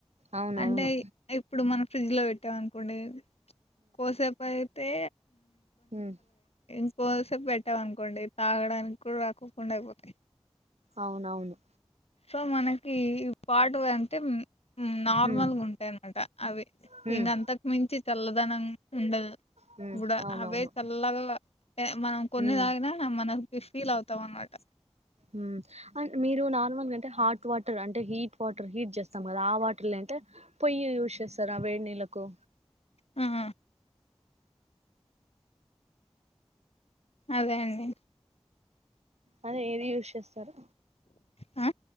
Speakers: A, on the right (about 80°); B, on the left (about 70°).
A: అవునవును
B: అంటే ఇప్పుడు మన ఫ్రిడ్జ్ లో పెట్టామనుకోండి కొద్దిసేపు అయితే
A: ఉమ్
B: ఇంకొద్దిసేపు పెట్టామనుకోండి తాగడానికి కూడా రాకోకుండా అయిపోతాయి
A: అవునవును
B: సో మనకి ఈ పాట్ వి అంటే నార్మల్గా
A: హ్మ్
B: ఉంటాయన్నమాట అవి
A: హ్మ్
B: ఇంగ అంతకు మించి చల్లదనం ఉండదు
A: హ్మ్
B: కూడా
A: అవునవును
B: అవే చల్లగా మనం కొన్ని
A: హ్మ్
B: తాగిన మనకి ఫీల్ అవుతాం అనమాట
A: ఉమ్ మీరు నార్మల్గా అంటే హాట్ వాటర్ అంటే హీట్ వాటర్ హీట్ చేస్తాం కదా ఆ వాటర్లుంటే పొయ్యి యూజ్ చేస్తారా వేడి నీళ్లకు
B: ఆ అదే అండి
A: అవే ఏది యూజ్ చేస్తారు
B: ఆ